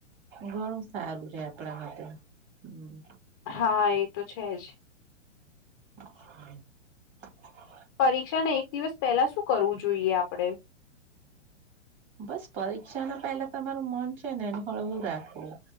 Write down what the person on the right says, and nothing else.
ઘણું સારું રે આપણા માટે હમ
હમ્મ
બસ પરીક્ષા ના પહેલા તમારું મન છે ને એ હળવું રાખવું